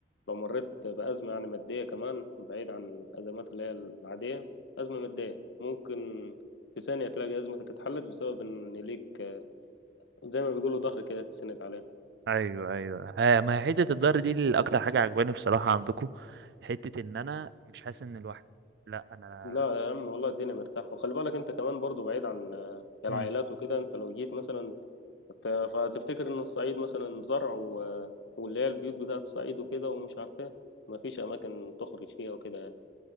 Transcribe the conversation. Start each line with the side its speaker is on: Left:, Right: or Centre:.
Left: لو مريت بأزمة يعني مادية كمان بعيد عن الأزمات اللي هي العادية أزمة مادية ممكن في ثانية تلاقي أزمتك اتحلت بسبب إن ليك آه، زي ما بيقولوا ظهر كده تسند عليه
Right: ايوه ايوه ها ما هي حته الضهر دي اللي اكتر حاجه عجباني بصراحه عندكم حته ان انا مش حاسس ان لوحدي لا انا
Left: لا يا عم والله الدنيا مرتاحة وخلي بالك أنت كمان برضو بعيد عن آه، العائلات
Right: امم
Left: وكده أنت لو جيت مثلا ت- فتفتكر إن الصعيد مثلا زرع و... آه، واللي هي البيوت بتاعة الصعيد وكده ومش عارف إيه مفيش أماكن تخرج فيها وكده يعني